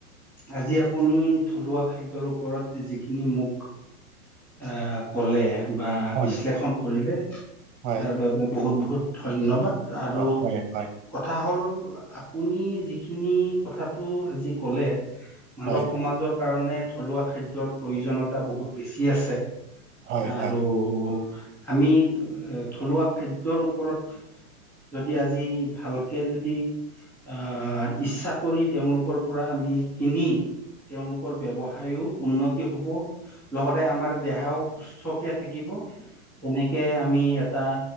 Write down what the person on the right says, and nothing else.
হয়
হয়
হয় হয় হয়
হয়
হয়
হয়।